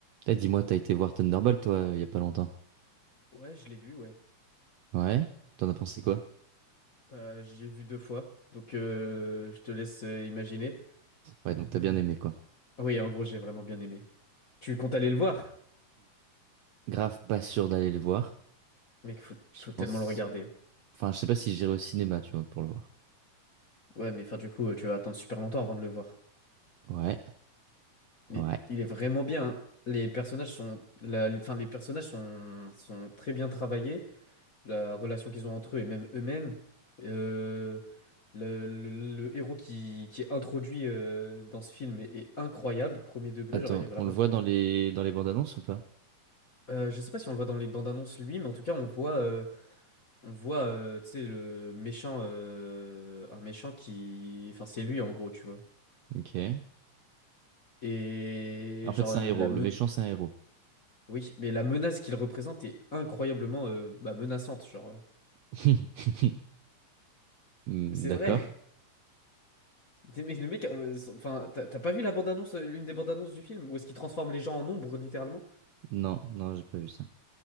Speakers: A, on the right (about 75°); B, on the left (about 35°).
A: Eh, dis-moi, t'as été voir Thunderbolt, toi, euh, il y a pas longtemps.
B: Ouais, je l'ai vu, ouais.
A: Ouais? T'en as pensé quoi?
B: Bah, j'ai vu deux fois, donc euh, je te laisse euh, imaginer.
A: Ouais, donc t'as bien aimé, quoi.
B: Ah Oui, en gros, j'ai vraiment bien aimé. Tu comptes aller le voir?
A: Grave pas sûr d'aller le voir.
B: Mec, faut,
A: Je
B: faut tellement
A: pense...
B: le regarder. hein.
A: Enfin, je sais pas si j'irai au cinéma, tu vois, pour le voir.
B: Ouais, mais enfin, du coup, euh, tu vas attendre super longtemps avant de le voir.
A: Ouais,
B: Mais
A: ouais.
B: il est vraiment bien. hein. Les personnages sont, la, enfin, les personnages sont, sont très bien travaillés. La relation qu'ils ont entre eux et même eux-mêmes. Euh, le, le- le héros qui, qui est introduit euh, dans ce film est, est incroyable, premier degré,
A: Attends,
B: genre il est vraiment
A: on le voit
B: trop
A: dans
B: bien.
A: les dans les bandes annonces ou pas?
B: Euh, je sais pas si on le voit dans les bandes annonces lui, mais en tout cas on voit, euh, on voit, euh, tu sais, le méchant, euh, un méchant qui, enfin c'est lui en gros, tu vois.
A: Ok. En
B: Et
A: fait,
B: genre
A: c'est
B: la
A: un héros.
B: me-
A: Le méchant, c'est un héros.
B: oui, mais la menace qu'il représente est incroyablement euh, bah, menaçante, genre. euh.
A: <laughs> Hmm,
B: Mais C'est
A: D'accord.
B: vrai. <laughs> Mais le mec, euh, son- enfin t'as t'as pas vu la bande annonce, euh, l'une des bandes annonces du film, où est-ce qu'il transforme les gens en ombre littéralement?
A: Non, non, j'ai pas vu ça.